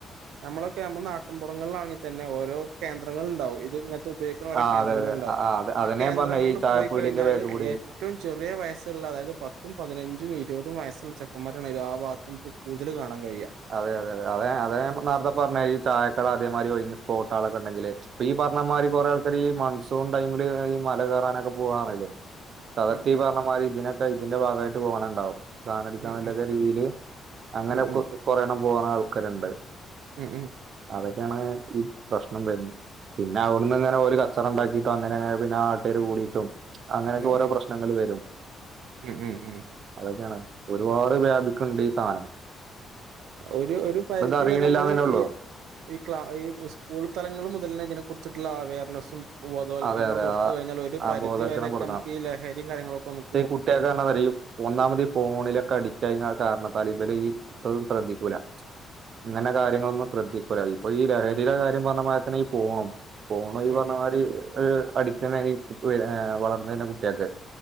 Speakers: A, on the right; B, on the right.
A: നമ്മളൊക്കെയാമ്പം നാട്ടിൻപുറങ്ങളിലാണെങ്കിൽ തന്നെ ഓരോ കേന്ദ്രങ്ങളൊണ്ടാവും. ഇത് ഇങ്ങനെത്തെ ഉപയോഗി ക്കുന്ന ഓരോ
B: ആ
A: കേന്ദ്രങ്ങള്
B: അതെ അതെ
A: ഒണ്ടാവും.
B: ആ അതെ അതന്നെ
A: ആ കേന്ദ്രങ്ങളില്
B: പറഞ്ഞ ഈ ചായപ്പീടിന്റെ
A: പോയി കഴിഞ്ഞാല്
B: ബാക്കി കൂടി
A: ഏ റ്റവും ചെറിയ വയസ്സൊള്ള അതായത് പത്തും, പതിനഞ്ചും ഇരുപതും വയസ്സുള്ള ചെക്കന്മാര രാണ് എല്ലാ ഭാഗത്തും നുക്ക് കൂത്തല് കാണാൻ കഴിയ്വാ.
B: അതെ, അതെ, അതെ, അതെ അതാ നേരത്തെ പറഞ്ഞേ ഈ ചായക്കട അതേമാതിരി ഒഴിക്കുന്ന സ്പോട്ടാളെക്കെ ഉണ്ടെങ്കില്. അപ്പ ഈ
A: ഉം
B: പറഞ്ഞമാതിരി, കൊറെ ആൾക്കാര് ഈ മൺസൂൺ ടൈമില് ഈ മല കേറാനൊക്കെ പോവാണേല്. അതെക്കെ
A: ഉം ഉം
B: ഈ പറഞ്ഞ മാതിരി ഇതിനെക്കെ ഇതിന്റെ ഭാഗമായിട്ട് പോണെണ്ടാവും. !!!!!!!!!! സാനെടിക്കാന്നൊള്ളന്നാ
A: ഉം
B: രീതിയില് അങ്ങനെ
A: ഉം ഉം
B: കൊറേണം പോണാൾക്കാരൊണ്ട്.
A: ഉം ഉം
B: അതൊക്കെയാണ് ഈ പ്രശ്നം വെരുന്നേ. പിന്നെ അവ്ട്ന്ന്ങ്ങനെ ഓല് കച്ചറണ്ടാക്കിയിട്ട് അങ്ങനെ പിന്നെ നാട്ടാര് കൂടിട്ടും. അങ്ങനെയെക്കെ
A: ഉം
B: ഓരോ പ്രശ്നങ്ങള് വെരും.
A: ഉം ഉം ഉം
B: അതൊക്കെയാണ് ഒരുപാട് വ്യാപിക്ണ്ട് ഈ സാനം
A: ഒരു ഒരു പരിധി
B: അറിയണില്ല
A: വരെ നമ്മള്
B: എന്നേ ഉള്ളൂ
A: ഈ ഈ ക്ലാ ഈ സ്കൂൾ തലങ്ങൾ മുതൽ തന്നെ ഇതിനെ കുറിച്ചിട്ടുള്ള അവെയർനെസ്സും ബോധവൽക്കരണം
B: അതെ അതെ
A: കൊടുത്ത
B: ആ
A: കഴിഞ്ഞാൽ ഒരു
B: ആ
A: പരിധി
B: ബോധവൽക്കരണം
A: വരെക്കെ
B: കൊടുക്കണം
A: നമുക്ക് ഈ ലഹരിം കാര്യങ്ങളൊക്കെ ഒ
B: ഈ കുട്ടിയെക്കെന്നറിയും ഒന്നാമത് ഫോണിലൊക്കെ അഡിക്റ്റ് അയിന ആ കാരണത്താൽ ഇതില് ഇതും ശ്രദ്ധിക്കൂല ഇങ്ങനെ കാര്യങ്ങളൊന്നും ശ്രദ്ധിക്കൂല്ല. ഇപ്പോ ഈ ലഹരിടെ കാര്യം പറഞ്ഞമാരിതന്നെ പോ പോണു ഈ
A: ഉം
B: പർഞ്ഞ
A: ഉം
B: മാതിരി ഒരു അഡിക്റ്റന്നേനി വളർന്ന് വര്ന കുട്ടിയൾക്ക്